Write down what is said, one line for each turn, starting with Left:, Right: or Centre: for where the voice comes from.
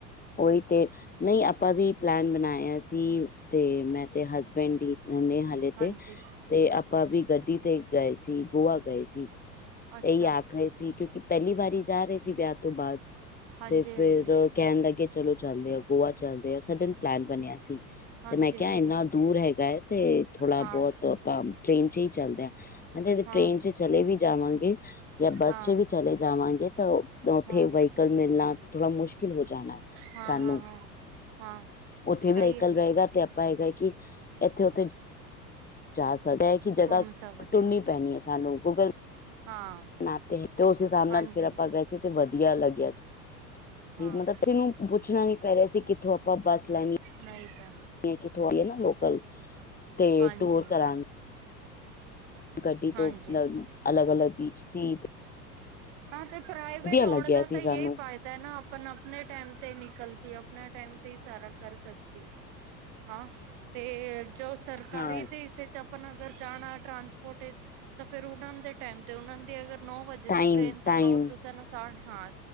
Left: ਓਈ, ਤੇ ਨਹੀਂ ਆਪਾਂ ਵੀ ਪਲੈਨ ਬਣਾਇਆ ਸੀ ਤੇ, ''ਮੈਂ ਤੇ ਹਸਬੈਂਡ ਹੀ ਨੇ ਹਲ ਤੇਤੇ,
Right: ਹਾਂਜੀ
Left: ਤੇ ਆਪਾਂ ਵੀ ਗੱਡੀ ਤੇ ਗਏ ਸੀ, ਗੋਆ ਗਏ ਸੀ।
Right: ਅੱਛਾ
Left: ਇਹੀ ਆਖ ਰਹੇ ਸੀ, ਕਿਉਂਕਿ ਪਹਿਲੀ ਵਾਰੀ ਜਾ ਰਹੇ ਸੀ ਵਿਆਹ ਤੋ ਬਾਅਦ।
Right: ਹਾਂਜੀ-ਹਾਂਜੀ।
Left: ਤੇ ਫੇਰ ਕਹਿਣ ਲੱਗੇ, ਚਲੋ ਚੱਲਦੇ ਆ। ਗੋਆ ਚੱਲਦੇ ਆ ਸਡਨ ਪਲੈਨ ਬਣਿਆ ਸੀ।
Right: ਹਾਂਜੀ-ਹਾਂਜੀ
Left: ਤੇ ਮੈਂ ਕਿਹਾ ਇੰਨਾ ਦੂਰ ਹੈਗਾ ਹੈ, ਤੇ ਥੋੜ੍ਹਾ-ਬਹੁਤ
Right: ਹਾਂ,
Left: ਆਪਾ ਟ੍ਰੇਨ'ਚ ਹੀ ਚੱਲਦੇ ਹਾ। ਆਂਦੇ
Right: ਹਾਂ,
Left: ਟ੍ਰੇਨ'ਚ ਚਲੇ ਵੀ ਜਾਵਾਂਗੇ, ਯਾ ਬੱਸ'ਚ
Right: ਹਾਂ,
Left: ਵੀ ਚਲੇ ਜਾਵਾਂਗੇ, ਤਾਂ ਉੱਥੇ
Right: ਹਾਂ।
Left: ਵਾਹੀ ਕਲ ਮਿਲਣਾ, ਥੋੜਾ ਮੁਸ਼ਕਿਲ ਹੋ ਜਾਣਾ ਹੈ।
Right: ਹਾਂ,
Left: ਸਾਨੂੰ
Right: ਹਾਂ, ਹਾਂ, ਹਾਂ
Left: ਉੱਥੇ
Right: ਸਹੀ
Left: ਵੀ ਵ੍ਹਾਈਕਲ
Right: ਹੈ ਨਾ
Left: ਰਹੇਗਾ, ਤੇ ਆਪਾਂ ਹੈਗਾ ਹੈ ਕਿ ਇੱਥੇ-ਉੱਥੇ ਜਾ ਸਕਦਾ ਐ, ਕਿ ਜਗ੍ਹਾ
Right: ਘੁੰਮ ਸਕਦੇ
Left: ਢੁੰਨੀ ਪੈਣੀ ਏ ਸਾਨੂੰ, ਗੂਗਲ
Right: ਹਾਂ।
Left: ਨਾ, ਤੇ ਉਸ ਹਿਸਾਬ
Right: ਹਾਂਜੀ।
Left: ਨਾਲ ਫਿਰ ਆਪਾ ਗਏ ਸੀ, ਤੇ ਵਧੀਆ ਲੱਗਿਆ ਸੀ।
Right: ਹਾਂ
Left: ਮਤਲਬ, ਕਿਨੂੰ ਪੁੱਛਣਾ ਨੀ ਪੈ ਰਿਹਾ ਸੀ, ਕਿੱਥੋਂ ਆਪਾਂ ਬੱਸ ਲੈਣੀ
Right: ਨਹੀਂ ਤਾ
Left: ਕਿ ਥੋੜੀ ਏ ਨਾ, ਲੋਕਲ। ਤੇ,
Right: ਹਾਂਜੀ,
Left: ਟੂਰ ਕਰਾਂਗੇ ਗੱਡੀ
Right: ਹਾਂਜੀ।
Left: ਤੋਂ, ਅਲੱਗ-ਅਲੱਗ ਦੀ ਸੀਟ
Right: ਹਾਂ ਤੇ, ਪ੍ਰਾਈਵੇਟ ਹੋਣ
Left: ਲੱਗਿਆ
Right: ਦਾ
Left: ਸੀ
Right: ਤਾਂ ਯੇਈ
Left: ਸਾਨੂੰ
Right: ਫਾਇ ਦਾ ਨਾ, ਆਪਾ-ਆਪਣੇ ਟਾਈਮ ਤੇ ਨਿਕਲ ਸੀ, ਆਪਣੇ ਟਾਈਮ ਤੇ ਹੀ ਸਾਰਾ ਕਰ ਸਕਸੀ। ਹਾਂ ਤੇ ਜੋ ਸਰਕਾਰੀ
Left: ਹਾਂ
Right: ਦੇ ਇਸੇ ਚ ਪ। ਆਪ ਅਗਰ ਜਾਣਾ ਟਰਾਂਸਪੋਰਟ ਵਿਚ ਤਾਂ ਫੇਰ ਉਹਨਾਂ ਦੇ ਟਾਈਮ ਤੇ ਉਹ ਦੀ ਅਗਰ ਨੌ ਵਜੇ
Left: ਟਾਈਮ
Right: ਤੇ।
Left: ਟਾਈਮ
Right: ਸੂੰ ਸਾ ਹਾਂ